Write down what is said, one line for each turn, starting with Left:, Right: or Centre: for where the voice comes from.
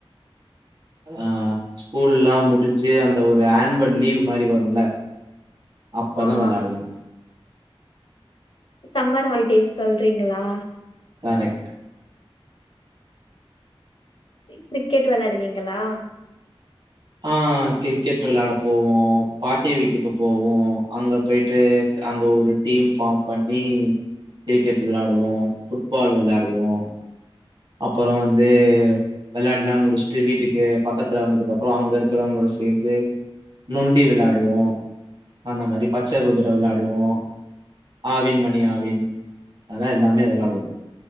Right: அ ஸ்கூல்லா முடிஞ்சு அந்த ஒரு ஆன்வல் லீவ் மாரி வருல அப்பதா
Left: ஆமா
Right: வெளாடுவோ
Left: சம்மர் ஹாலிடேஸ் சொல்றீங்களா
Right: கரெக்ட்
Left: கிரிக்கெட் வெளாடுவீங்களா
Right: ஆ கிரிக்கெட் வெளாட போவோ பாட்டி வீட்டுக்கு போவோ அங்க போயிட் ட்டு அங்க ஒரு டீம் ஃபார்ம் பண்ணி கிரிக்கெட் வெளாடுவோ ஃபுட்பால் வெளாடுவோ அப்பறோ வந்து வெளாண்டுலா முடிச்சுட்டு வீட்டுக்கு பக்கத்துல வந்ததுக்கு அப்பறோ அங்க இருக்கிறவங்க சேர்ந்து நொண்டி வெளாடுவோ அந்த மாரி பச்ச குதிர வெளாடுவோ ஆவின் மணி ஆவின் அதா எல்லாமே வெளாடுவோ